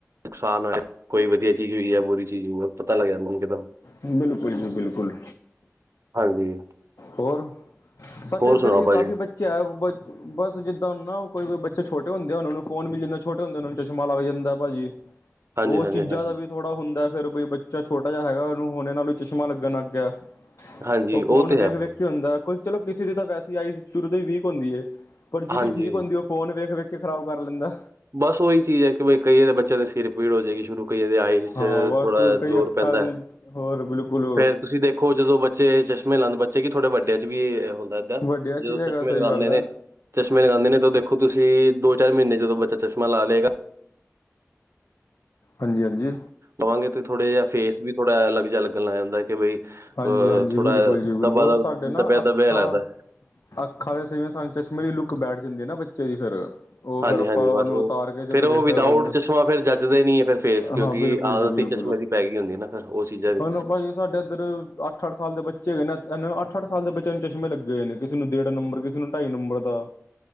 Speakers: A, on the right; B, on the left.
A: ਨੁਕਸਾਨ ਹੋ, ਕੋਈ ਵਧੀਆ ਚੀਜ਼ ਹੋਈ ਹੈ ਬੁਰੀ ਚੀਜ਼ ਹੋਊਗਾ ਪਤਾ ਲੱਗ ਜਾਂਦਾ ਮੈਨੂੰ ਇਕਦਮ
B: ਬਿਲਕੁਲ ਜੀ ਬਿਲਕੁਲ
A: ਹਾਂਜੀ
B: ਹੋਰ, ਸਾਡੇ
A: ਹੋਰ
B: ਇੱਧਰ
A: ਸੁਣਾਓ
B: ਵੀ
A: ਭਾਜੀ
B: ਕਾਫੀ ਬੱਚੇ ਹੈ ਬ ਬਸ ਜਿੱਦਾਂ ਨਾ ਕੋਈ ਬੱਚੇ ਛੋਟੇ ਹੁੰਦੇ ਆ ਉਹਨਾਂ ਨੂੰ ਫੋਨ ਮਿਲ ਜਾਂਦਾ ਛੋਟੇ ਹੁੰਦੇ ਉਹ ਨੂੰ ਚਸ਼ਮਾ ਲੱਗ ਜਾਂਦਾ ਭਾਜੀ ਹ
A: ਹਾਂਜੀ
B: ਉਹ
A: ਹਾਂਜੀ
B: ਚੀਜ਼ਾਂ
A: ਹਾਂਜੀ
B: ਦਾ ਵੀ ਥੋੜ੍ਹਾ ਹੁੰਦਾ ਫਿਰ ਬਈ ਬੱਚਾ ਛੋਟਾ ਜਿਹਾ ਹੈਗਾ ਉਹਨੂੰ ਹ ਹੋੁਣੇ ਨਾਲੋਂ ਚਸ਼ਮਾ ਲੱਗਣ ਲੱਗ ਗਿਆ
A: ਹਾਂਜੀ
B: ਫੋਨ
A: ਉਹ ਤੇ
B: ਵੇਖ
A: ਹੈ ਆਪਣੇ
B: ਵੇਖ ਕੇ ਹੁੰਦਾ ਕੋਈ ਚਲੋ ਕਿਸੇ ਦੀ ਤਾਂ ਵੈਸੇ ਆਈਸ ਸ਼ੁਰੂ ਤੋਂ ਹੀ ਵੀਕ ਹੁੰਦੀ ਹੈ ਪਰ ਜਿਹਦੀ
A: ਹਾਂਜੀ
B: ਠੀਕ ਹੁੰਦੀ ਉਹ ਫੋਨ ਵੇਖ- ਵੇਖ ਖਰਾਬ ਕਰ ਲੈਂਦਾ
A: ਬਸ ਉਹੀ ਚੀਜ਼ ਹੈ ਕਿ ਕਈਏ ਦੇ ਬੱਚਿਆਂ ਦੇ ਸਿਰ ਪੀੜ ਹੋ ਜਾਏਗੀ ਸ਼ੁਰੂ ਕਈਆਂ ਦੇ ਆਈਸ
B: ਹਾਂ
A: ਚ
B: ਬਸ
A: ਥੋੜ੍ਹਾ
B: ਕਈ
A: ਜ਼ੋਰ
B: ਅੱਖਾਂ
A: ਪੈਂਦਾ
B: ਦੇ
A: ਹੈ
B: ਹੋਰ ਬਿਲਕੁਲ
A: ਫੇਰ ਤੁਸੀਂ ਦੇਖੋ ਜਦੋਂ ਬੱਚੇ ਚਸ਼ਮੇ ਲਾਉਦੇ ਬੱਚੇ ਕੀ ਥੋੜੇ ਵੱਡਿਆਂ ਚ ਵੀ ਹੁੰਦਾ ਹੁੰਦਾ
B: ਵੱਡਿਆਂ ਚ
A: ਜਦੋਂ
B: ਵੀ ਹੈਗਾ
A: ਚਸ਼ਮੇ
B: ਸਹੀ
A: ਲਗਾਉਂਦੇ
B: ਗੱਲ
A: ਨੇ
B: ਹੈ
A: ਚਸ਼ਮੇ ਲਗਾਉਂਦੇ ਨੇ ਤਾਂ ਦੇਖੋ ਤੁਸੀਂ, ਦੋ ਚਾਰ ਮਹੀਨੇ ਜਦੋਂ ਬੱਚਾ ਚਸ਼ਮਾ ਲਾ ਲਏਗਾ
B: ਹਾਂਜੀ -ਹਾਂਜੀ
A: ਲਵਾਂਗੇ ਥੋੜਾ ਜਿਹਾ ਫੇਸ ਵੀ ਥੋੜਾ ਅਲੱਗ ਜਿਹਾ ਲਗ ਜਾਂਦਾ ਬਈ ਅ
B: ਹਾਂਜੀ, ਹਾਂਜੀ
A: ਥੋੜਾ
B: ਬਿਲਕੁਲ ਜੀ ਬਿਲਕੁਲ
A: ਦਬਾ ਦਬ
B: ਸਾਡੇ ਨਾ
A: ਦਬਿਆ
B: ਅੱਖਾਂ
A: ਦਬਿਆ ਲੱਗਦਾ
B: ਅਖਾਂ ਦੇ ਸੇਵੇਂ ਸਾਨੂੰ ਚਸ਼ਮੇ ਦੀ ਲੁੱਕ ਬੈਠ ਜਾਂਦੀ ਹੈ ਨਾ ਬੱਚੇ ਦੀ ਫਿਰ ਉਹ
A: ਹਾਂਜੀ-
B: ਫਿਰ ਆਪਾਂ
A: ਹਾਂਜੀ ਬਸ
B: ਉਹਨੂੰ ਉਤਾਰ
A: ਉਹ
B: ਕੇ ਜਦੋਂ
A: ਫਿਰ ਉਹ
B: ਵੇਖਦਾ
A: ਵਿਦਊਟ
B: ਬੰਦਾ
A: ਚਸ਼ਮਾ ਫਿਰ ਜੱਚਦਾ ਹੀ ਨਹੀਂ ਹੈ ਫਿਰ ਫੇਸ ਕਿਉਂਕਿ
B: ਹਾਂ ਬਿਲਕੁਲ
A: ਆਦਤ
B: ਜੀ ਬਿਲਕੁਲ
A: ਹੀ ਚਸ਼ਮੇ ਦੀ ਪੈ ਗਈ ਹੁੰਦੀਆਂ ਨਾ ਫੇਰ ਉਹ ਚੀਜ਼ਾਂ ਵੀ
B: ਹੁਣ ਭਾਜੀ ਸਾਡੇ ਇੱਧਰ ਅੱ ਅੱਠ ਸਾਲ ਦੇ ਬੱਚੇ ਹੈਗੇ ਨਾ ਇਹ ਅੱਠ ਅੱਠ ਸਾਲ ਦੇ ਬੱਚਿਆਂ ਨੂੰ ਚਸ਼ਮੇ ਲੱਗੇ ਹੋਏ ਨੇ ਕਿਸੇ ਨੂੰ ਦੇਢ ਨੰਬਰ ਕਿਸੇ ਨੂੰ ਢਾਈ ਨੰਬਰ ਦਾ